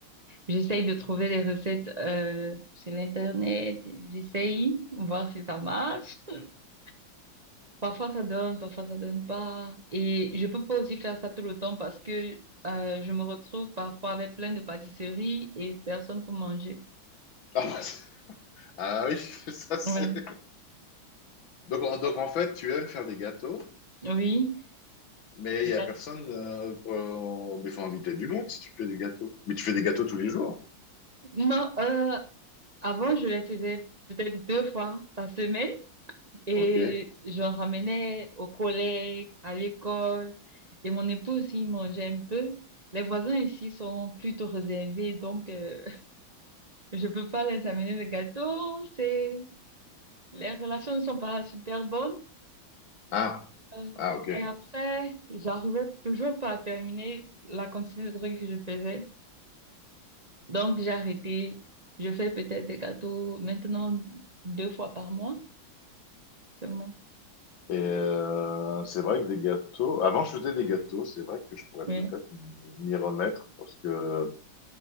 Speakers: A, on the right (about 50°); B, on the left (about 70°).
A: J'essaye de trouver les recettes euh, sur l'internet. J'essaye, voir si ça marche. <laughs> Parfois ça donne, parfois ça donne pas. Et je peux pas aussi faire ça tout le temps parce que euh, je me retrouve parfois avec plein de pâtisseries et personne pour manger.
B: Ah, bah, c'est- ah oui, <laughs> ça c'est.
A: Ouais.
B: Donc, en- donc en fait, tu aimes faire des gâteaux,
A: Oui.
B: mais
A: Les
B: il n'y a personne. Euh, pour- on- mais il faut inviter du monde si tu fais des gâteaux. Mais tu fais des gâteaux tous les jours.
A: Non, euh, avant je les faisais peut-être deux fois par semaine. Et
B: Ok.
A: j'en ramenais aux collègues, à l'école. Et mon époux aussi il mangeait un peu. Les voisins ici sont plutôt réservés, donc euh, <laughs> je peux pas les amener de gâteau. C'est... Les relations ne sont pas super bonnes.
B: Ah.
A: Euh,
B: Ah, ok.
A: mais après, j'arrivais toujours pas à terminer la quantité de trucs que je faisais. Donc j'ai arrêté. Je fais peut-être des gâteaux maintenant deux fois par mois seulement.
B: Et euh, c'est vrai que des gâteaux. Avant, je faisais des gâteaux. C'est vrai que je pourrais
A: Oui,
B: peut-être m'y m'y remettre parce que